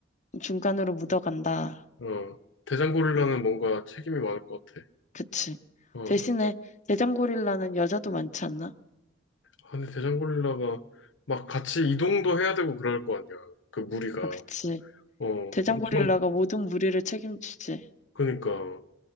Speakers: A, on the left; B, on the left.
A: 중간으로 묻어간다.
B: 어, 대장고릴라는
A: 어.
B: 뭔가 책임이 많을 것 같아.
A: 그치.
B: 어,
A: 대신에 대장고릴라는 여자도 많지 않나?
B: 아, 근데 대장고릴라가 막 같이 이동도 해야 되고 그럴 거 아니야. 그 무리가.
A: 아, 그치.
B: 어,
A: 대장고릴라가
B: 엄청,
A: 모든 무리를 책임지지.
B: 그니까.